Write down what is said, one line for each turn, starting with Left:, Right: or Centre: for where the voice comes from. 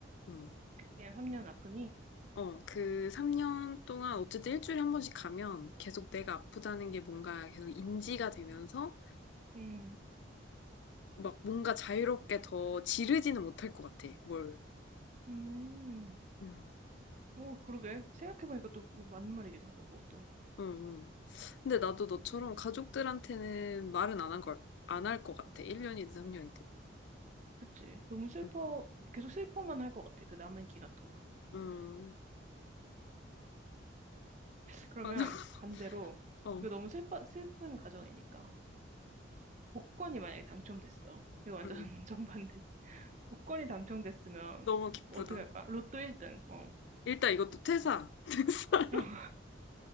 Left: 응.
Right: 그냥 3년 아프니?
Left: 어, 그 3년 동안 어쨌든 일주일에 한 번씩 가면 계속 내가 아프다는 게 뭔가 계속 인지가 되면서
Right: 음,
Left: 막 뭔가 자유롭게 더 지르지는 못할 것 같아. 뭘.
Right: 음.
Left: 응,
Right: 어, 그러게. 생각해보니까 또 그거 맞는 말이기도 하다, 그것도.
Left: 응, 응. 근데 나도 너처럼 가족들한테는 말은 안 한 걸, 안 할 것 같아. 1년이든 3년이든.
Right: 그치. 너무 슬퍼,
Left: 응.
Right: 계속 슬퍼만 할 것 같아, 그 남은 기간 동안.
Left: 음,
Right: 그러면
Left: 맞아. <laughs>
Right: 반대로,
Left: 어,
Right: 이거 너무 슬퍼, 슬픈 가정이니까. 복권이 만약에 당첨됐어. 이거 완전
Left: 음.
Right: <laughs> 정반대. 복권이 당첨됐으면
Left: 너무 기쁘다.
Right: 뭐 어떻게 할 거야? 로또 1등. 어.
Left: 일단 이것도 퇴사. <laughs> 퇴사.
Right: <laughs>